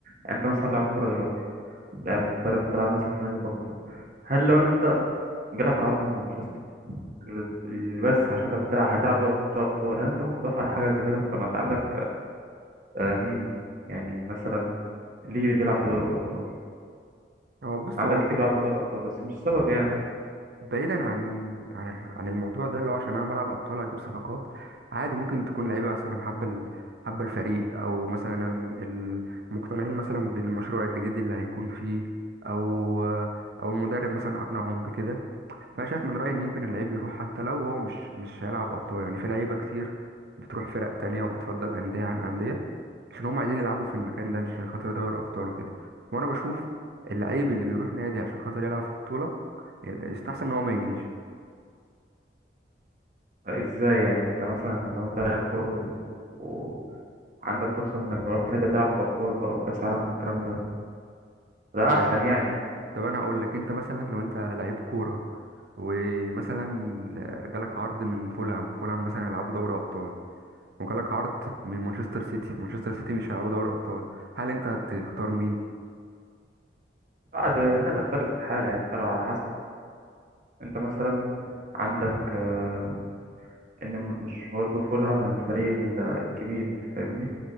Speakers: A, on the right; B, on the right.
A: يعني انت مثلا لاعب كوره دلوقتي لاعب محترف بتلعب مثلا في نادي طنطا هل لو انت جالك عرض من مانشستر ال- بس عشان انت بتلعب هتلعب دوري ابطال هل انت ممكن تفعل حاجه زي كده طب ما انت عندك آه، مين يعني مثلا ليه اللي بيلعب في دوري الابطال
B: هو بص
A: عندك
B: هو
A: كتير بيلعبوا في دوري الابطال بس مش سبب يعني
B: بعيدا عن عن ال- عن الموضوع ده اللي هو عشان انا بلعب ابطال اجيب صفقات عادي ممكن تكون لعيبه مثلا حابه ال- حابه الفريق او مثلا ال- مقتنعين مثلا بالمشروع الجديد اللي هيكون فيه او او المدرب مثلا اقنعهم بكده فانا شايف من رايي ان ممكن اللعيب يروح حتى لو هو مش مش هيلعب ابطال يعني في لعيبه كتير بتروح فرق تانية وبتفضل انديه عن انديه عشان هم عايزين يلعبوا في المكان ده مش عشان خاطر دوري ابطال وكده وانا بشوف اللعيب اللي بيروح نادي عشان خاطر يلعب في بطوله يستحسن ان هو ما يجيش
A: آه، ازاي يعني انت مثلا لو انت لاعب كوره برضو وعندك فرصه انك لو رحت نادي تلعب في ابطال بقى وكاس عالم والكلام ده ده
B: طيب
A: احسن يعني
B: طب انا هقول لك انت مثلا لو انت لعيب كوره ومثلا جالك عرض من فولهام فولهام مثلا يلعبوا دوري ابطال وجالك عرض من مانشستر سيتي مانشستر سيتي مش هيلعبوا دوري ابطال هل انت هتختار مين
A: بعد هنا تختلف الحاله يعني ترى على حسب انت مثلا عندك آه، ان مش برضه فولهام الفريق ال- الكبير انت فاهمني